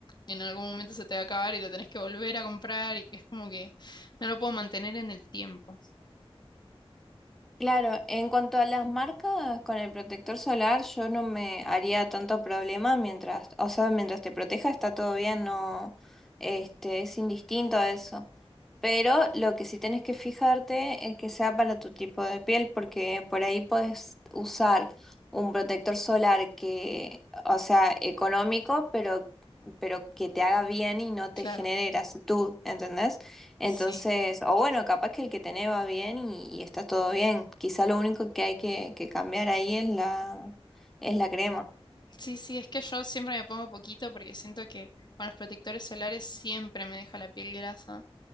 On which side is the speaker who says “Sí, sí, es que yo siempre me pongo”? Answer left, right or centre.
Left